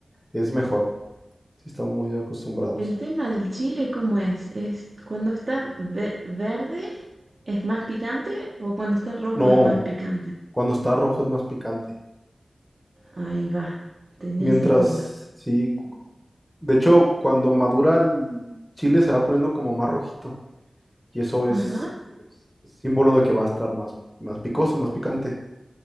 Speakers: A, in the centre; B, on the right.
A: es mejor. Sí, estamos muy acostumbrados.
B: El tema del chile, ¿cómo es? ¿Es cuando está ve- verde es más picante o cuando está rojo
A: No,
B: es más picante?
A: cuando está rojo es más picante.
B: Ahí va, tenía
A: Mientras,
B: esa duda.
A: sí, cu- de hecho, cuando madura el chile se va poniendo como más rojito. Y eso es,
B: Ajá,
A: es símbolo de que va a estar más, más picoso, más picante.